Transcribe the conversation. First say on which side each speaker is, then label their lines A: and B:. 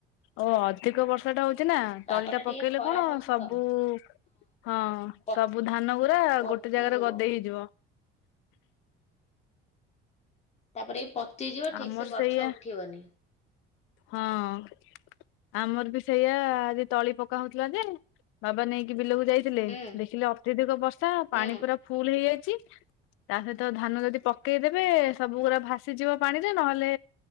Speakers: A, on the left (about 80°); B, on the left (about 30°).
A: ଓ ଅ ଅଧିକ ବର୍ଷା ଟା ହଉଛି ନା,
B: ପାଗ
A: ତଳିଟା
B: ଟା ଟିକେ
A: ପକେଇଲେ
B: ଖରାପ
A: କଣ
B: ଅଛି
A: ସବୁ
B: ତ
A: ହଁ
B: ପ
A: ସବୁ ଧାନ ଗୁରା
B: ପଚିଯିବ।
A: ଗୋଟେ ଜାଗାରେ ଗଦେଇ ହେଇଯିବ।
B: ତାପରେ ଏଇ ପଚିଯିବ ଠିକ୍
A: ଆମର
B: ସେ ଗଛ
A: ସେଇଆ
B: ଉଠିବନି।
A: ହଁ। ଆମର ବି ସେଇଆ ଆଜି ତଳି ପକା ହଉଥିଲା ଯେ, ବାବା ନେଇକି ବିଲକୁ ଯାଇ ଥିଲେ
B: ହୁଁ
A: ଦେଖିଲେ ଅତ୍ୟଧିକ ବର୍ଷା
B: ହୁଁ।
A: ପାଣି ପୁରା ଫୁଲ ହେଇଯାଇଛି ତା ସହିତ ଧାନ ଯଦି ପକେଇଦେବେ ସବୁଗୁରା ଭାସିଯିବ ପାଣିରେ ନହେଲେ